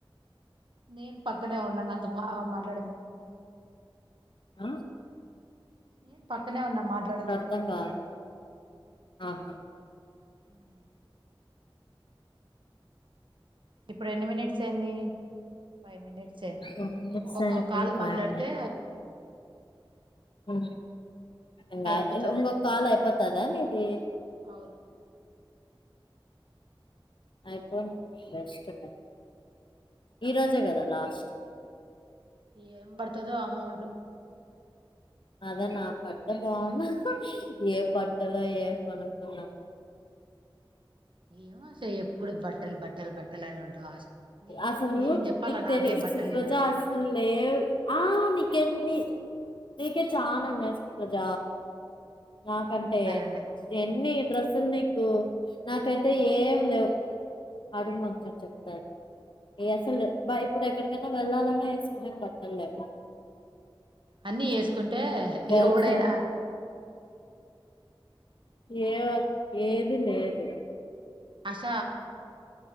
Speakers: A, on the right; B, on the left.
A: నేను పక్కనే ఉన్నా నాతో మా మాట్లాడేదు
B: ఆ
A: నేం పక్కనే ఉన్నా మాట్లాడేటప్పుడు
B: అర్థం కాదు ఆహా
A: ఉమ్. ఇప్పుడు ఎన్ని మినిట్ అంది ఫైవ్ మినిట్స్ ఏంది
B: ఎన్ని మినిట్స్
A: ఇంకొక
B: అయింది
A: కాల్
B: ఫైవ్
A: మాట్లాడితే
B: హా ఇంగ
A: అయిపోతది
B: ఇంగ ఒక కాల్ అయిపోతే దా నీది
A: అవును
B: అయిపోనీ రెస్ట్ ఈ రజా గదా లాస్ట్
A: ఏయ బర్తద అమౌ అదు
B: అదే నా బట్ట బాగున్నా ఏ బట్టలో ఏ కొనుక్కున్నాం
A: ఏం ఆశ ఎప్పుడు బట్టలు బట్టలు బట్టలు బట్టలు అని ఉంటావు ఆశ నేను
B: అసలు
A: నేను చెప్పాలా
B: నీకు
A: నాకే
B: తెలిస్తే
A: బట్టలు
B: సుప్రజ
A: లేవు
B: అసలు లేవు ఆ మీకే చాలా ఉన్నాయి సుప్రజ నాకంటే
A: ఉన్నాయి ఉండే
B: ఎన్ని డ్రెస్సులు నీకు నాకైతే ఏం లేవు అడుగు మాత్రం చెప్ప అసలు బా ఇప్పుడు ఎక్కడికైనా వెళ్ళాలన్నా వేసుకునే బట్టలులేదు
A: అన్నీ ఏసు కుంటే
B: గర్ల్స్
A: ఎవుడైనా
B: అయితే. ఏ ఏది లేదు
A: ఆశ